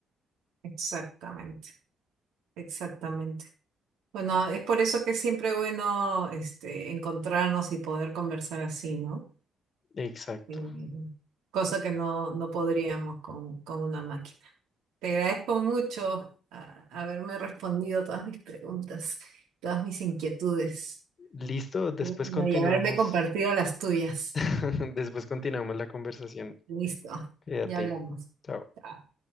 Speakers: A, on the right; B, on the left.
A: exactamente, exactamente. Bueno, es por eso que es siempre bueno este, encontrarnos y poder conversar así, ¿no?
B: Exacto.
A: Mm, Cosa que no, no podríamos con, con una máquina. Te agradezco mucho a- haberme respondido todas mis preguntas, todas mis inquietudes.
B: Listo, después
A: Bueno,
B: continuamos,
A: y haberme compartido las tuyas.
B: <laughs> después continuamos la conversación.
A: Listo,
B: Quédate.
A: ya hablamos.
B: Chao.
A: Chao.